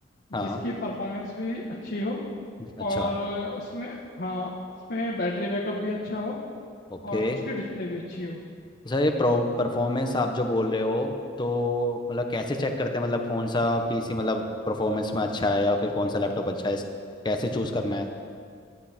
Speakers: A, on the left; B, on the left.
A: हाँ
B: जिसकी परफॉर्मेंस भी अच्छी हो
A: अच्छा
B: और उसमें हाँ उसमें बैटरी बैकअप भी अच्छा हो
A: ओके
B: और उसकी डिस्प्ले भी अच्छी हो
A: सर ये परफॉर्मेंस आप जो बोल रहे हो तो मतलब कैसे चेक करते हैं मतलब कौन सा पीसी मतलब परफॉर्मेंस में अच्छा है या फिर कौन सा लैपटॉप अच्छा है इस- कैसे चूज़ करना है